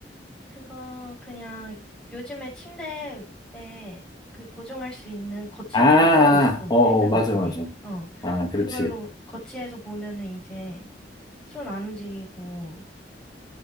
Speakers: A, in the centre; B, on the left (about 25°).
A: 그거 그냥 요즘에 침대에 그 고정할 수 있는 거치대가
B: 아,
A: 따로 있어.
B: 어, 어,
A: 패드 거치대.
B: 맞아, 맞아.
A: 어.
B: 아, 그렇지.
A: 그걸로 거치해서 보면은 이제 손 안 움직이고